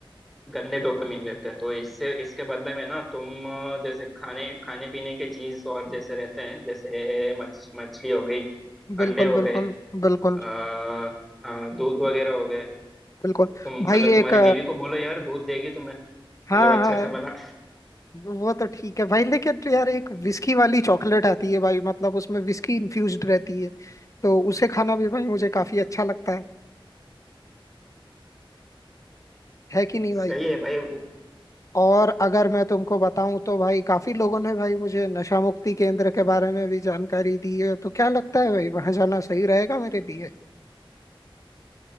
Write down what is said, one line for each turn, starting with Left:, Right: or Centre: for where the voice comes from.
Centre: गंदे डोपामिन रहते हैं तो इससे इसके बदले में ना तुम अ, जैसे खाने खाने पीने के चीज और जैसे रहते हैं जैसे मछ मछली हो गई
Left: <clears throat>
Centre: अंडे
Left: बिल्कुल
Centre: हो
Left: बिल्कुल
Centre: गए
Left: बिल्कुल
Centre: आ, हाँ दूध वगैरह हो गए
Left: बिल्कुल
Centre: तुम
Left: भाई
Centre: मतलब तुम्हारी
Left: एक
Centre: बीवी को बोलो यार दूध देगी तुम्हें
Left: हाँ
Centre: मतलब अच्छा
Left: हाँ
Centre: सा बना
Left: वो तो ठीक है भाई लेकिन तो यार एक विस्की वाली चॉकलेट आती है भाई मतलब उसमें विस्की इन्फ्यूज्ड रहती है तो उसे खाना भी भाई मुझे काफी अच्छा लगता है है कि नहीं भाई
Centre: सही है भाई वो
Left: और अगर मैं तुमको बताऊं तो भाई काफी लोगों ने भाई मुझे नशा मुक्ति केंद्र के बारे में भी जानकारी दी है तो क्या लगता है भाई वहां जाना सही रहेगा मेरे लिए